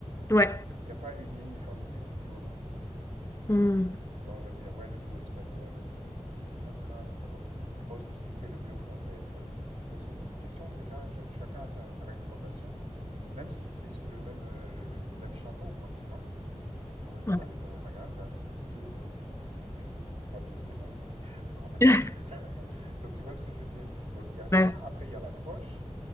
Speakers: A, on the left; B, on the right.
A: Ouais.
B: Il n'y a pas une uniformité du bio en Europe.
A: Hmm.
B: Tu vois, on va dire, ouais, le bio espagnol, hmm, ça craint, c'est pas comme, c'est pas aussi strict que le bio français, tu vois. Donc c'est une question déjà, cha- chacun a sa, sa réglementation, même si c'est sous le même, euh, le, le- le même chapeau, quoi, tu vois. Tu vois, tu
A: Ouais.
B: vas aller dans un magasin, tu vois, c'est bio, et donc c'est <laughs> pas bio, c'est bon, mais <laughs> voilà.
A: <laughs>
B: Donc tu vois ce que je veux dire. Donc il y a ça.
A: Ouais.
B: Après il y a l'approche.